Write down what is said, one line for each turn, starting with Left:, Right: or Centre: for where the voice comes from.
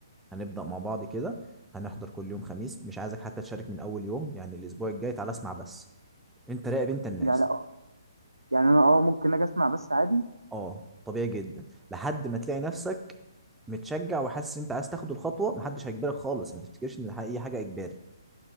Centre: هنبدأ مع بعض كده هنحضر كل يوم خميس مش عايزك حتى تشارك من اول يوم يعني الاسبوع الجاي تعالى اسمع بس انت راقب انت الناس
Right: يعني آه، يعني انا اه ممكن اجي اسمع بس عادي
Centre: اه طبيعي جدا لحد ما تلاقي نفسك متشجع وحاسس انت عايز تاخد الخطوة محدش هيجبرك خالص ما تفتكرش ان الح- اي حاجة اجباري